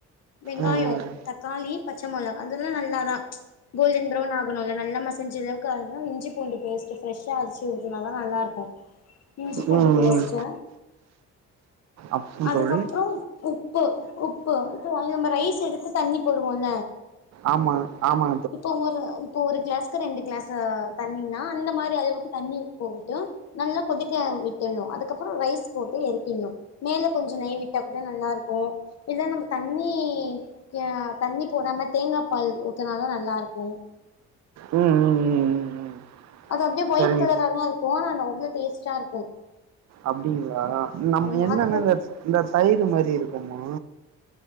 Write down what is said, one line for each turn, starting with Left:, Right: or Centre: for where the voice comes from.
Left: வெங்காயோ
Right: ம்
Left: தக்காளி பச்ச மொளகா அதுலா நல்லாதா கோல்டன் பிரௌன் ஆகனுல்ல நல்லா மசஞ்ச அளவுக்கு ஆகனு இஞ்சிபூண்டு பேஸ்ட் ஃப்ரெஷ்ஷா அரச்சு ஊத்துனாதா நல்லா இருக்கு இஞ்சி
Right: ம்
Left: பூண்டு
Right: ம்
Left: பேஸ்ட்டு
Right: ம் அப்போ
Left: அதுக்கப்புறோ
Right: தோழி
Left: உப் உப்பு உப்பு இப்ப நம்ம ரைஸ் எடுத்து தண்ணி போடுவோல
Right: ஆமா ஆமா
Left: இப்போ ஒரு இப்ப ஒரு கிளாஸ்க்கு ரெண்டு கிளாஸ் தண்ணின்னா அந்த மாரி அளவுக்கு தண்ணி போட்டு நல்லா கொதிக்க விட்டணு அதுக்கப்புறோ ரைஸ் போட்டு எரக்கிணு மேல கொஞ்ச நெய் விட்டா கூட நல்லா இருக்கு இல்ல நம்ம தண்ணி ஆ தண்ணி போடாம தேங்கா பால் ஊத் த்துனாலு நல்லா இருக்கு
Right: ம் ம் ம் ம் ம்
Left: அது அப்டியே ஒயிட்
Right: சரிங்க
Left: கலரா தா இருக்கு அது அவ்ளோ டேஸ்ட்டா இருக்கு
Right: அப்டிங்களா நம்ம
Left: ம்
Right: என்னன்ன
Left: அது கூட
Right: இந்த இந்த தயிர் மாரி இருக்குமா